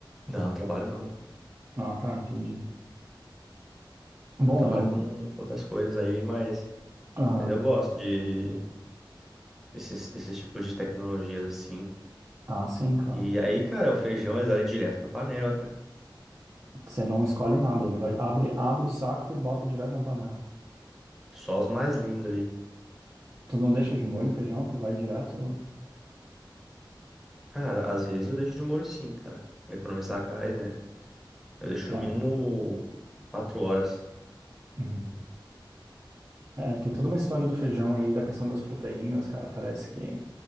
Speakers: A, in the centre; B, on the right.
A: Não, eu trabalho não.
B: Ah, tá, entendi. Bom,
A: Eu trabalho
B: é um.
A: com outras coisas aí, mas,
B: Ah,
A: mas eu gosto de desses, desses tipos de tecnologias assim.
B: ah, sim, claro.
A: E aí, cara, o feijão ele dá ele direto pra panela, cara.
B: Você não escolhe nada, ele vai abre, abre o saco e bota direto na panela.
A: Só os mais lindos ali.
B: Tu não deixa de molho o feijão, tu vai direto.
A: Cara, às vezes eu deixo de molho sim, cara. Pra economizar gás, né? Eu deixo
B: Claro.
A: no mínimo quatro horas.
B: Uhum. É, tem toda uma história do feijão aí, da questão das proteínas, cara. Parece que